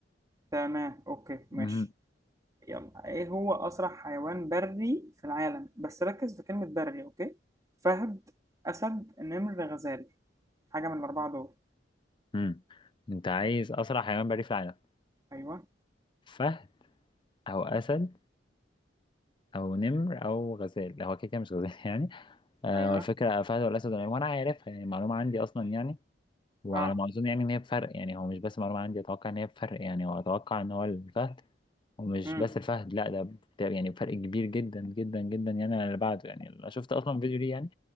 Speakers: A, on the right; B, on the left.
A: تمام اوكي ماشي
B: مهم.
A: يلا ايه هو اسرع حيوان بري في العالم بس ركز في كلمة بري اوكي فهد اسد نمر غزال حاجة من الاربعة دول
B: مم. انت عايز اسرع حيوان بري في العالم
A: ايوه
B: فهد او اسد او نمر او غزال هو كده كده مش غزال <laughs> يعني آه،
A: ايوه
B: والفكرة فهد والأسد والعنب وأنا عارفها يعني معلومة عندي أصلا يعني وعلى
A: اه
B: ما أظن يعني إن هي بفرق يعني هو مش بس معلومة عندي أتوقع إن هي بفرق يعني وأتوقع إن هو الفهد ومش
A: امم
B: بس الفهد لأ ده بت- يعني بفرق كبير جدا جدا جدا يعني عن اللي بعده يعني أنا شفت أصلا فيديو ليه يعني